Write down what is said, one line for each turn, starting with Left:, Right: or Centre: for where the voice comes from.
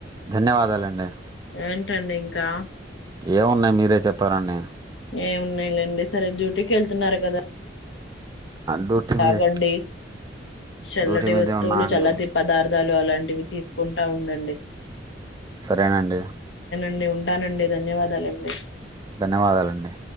Right: ధన్యవాదాలండి
Left: ఏ టండీ ఇంకా
Right: ఏమున్నాయి మీరే చెప్పాలండి.
Left: ఏమున్నాయిలేండి సరే డ్యూటీకి వెళ్తున్నారు కదా
Right: డ్యూటీ
Left: తాగండి
Right: మీద
Left: చల్లటి
Right: డ్యూటీ మీదే
Left: వస్తువులు
Right: ఉన్నా అండి
Left: చల్లటి పదార్థాలు అలాంటివి తీసుకుంటా ఉండండి.
Right: సరేనండి
Left: ండి ఉంటానండి ధన్యవాదాలండి.
Right: ధన్యవాదాలండి.